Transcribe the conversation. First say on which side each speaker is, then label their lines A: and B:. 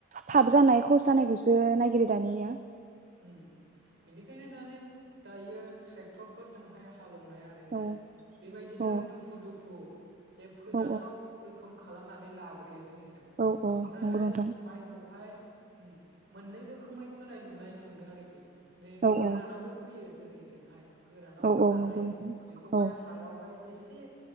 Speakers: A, on the right; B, on the right.
A: थाब जानाय खहस जानायखौसो नागिरो दानिया ।
B: ओम बेनिखायनो दानाय दायो ट्रेक्टरफोरजोंहाय हालौनाय आरिनाय
A: औ
B: बेबायदिनो
A: औ
B: दुफु दुफु जे फोजाथाव
A: औ
B: रोखोम खालामनानै लाग्रोनो जोंनिजों
A: औ औ
B: ओमफ्रायहाय
A: नंगौ नोंथां
B: माइखौहाय होम मोननै रोखोमै फोनाय नु <unintelligible> नाय मोनो आरोखि <unintelligible>
A: औ
B: गोरानावबो
A: औ
B: फैयो जोंनि जोंहाय। गोरानाव
A: औ
B: फोनानै
A: औ नंगौ नोंथां
B: बेखौहाय
A: औ
B: हायावहाय इसे